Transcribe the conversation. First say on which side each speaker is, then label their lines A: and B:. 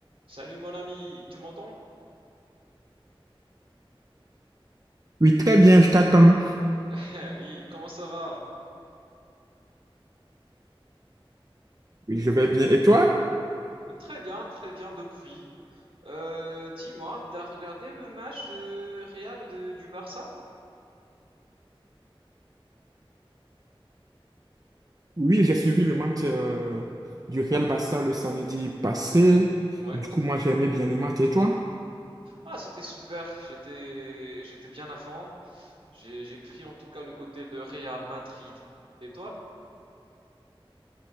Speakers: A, on the right (about 75°); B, on the right (about 40°).
A: Salut mon ami, tu m'entends?
B: Oui, très bien, je t'attends.
A: <laughs> oui, comment ça va?
B: Oui, je vais bien. Et toi?
A: Très bien, très bien depuis. Euh, dis-moi, t'as regardé le match de Real de- du Barça?
B: Oui, j'ai suivi le match euh, du Real Barça le samedi passé.
A: Ouais.
B: Du coup, moi, j'aimais bien le match. Et toi?
A: Ah, c'était super. J'étais, j'étais bien à fond. J'ai, j'ai pris en tout cas le côté de Real Madrid. Et toi?